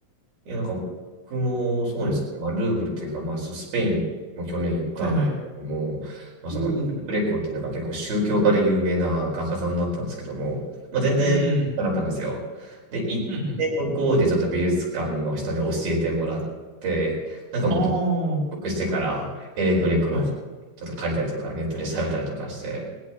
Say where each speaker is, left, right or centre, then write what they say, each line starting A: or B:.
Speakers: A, on the right; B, on the right.
A: いや、なんか僕もそうですね。
B: はい、
A: まあ、ルーブルっていうか、まあ、スペインも去年行ったんですけども、
B: はい、はい。
A: まあ、その、
B: おお、
A: グレコっていうのが結構宗教画で有名な画家さんだったんですけども、まあ、全然なかったんですよ。
B: うん、
A: で、行って向こうでちょっと美術館の人に教えてもらって、
B: うん、うん。
A: なんかもう入
B: あ
A: 国してから、エレグレコのちょっと借りたりとか、
B: あ、はい。
A: ネットで調べたりとかして、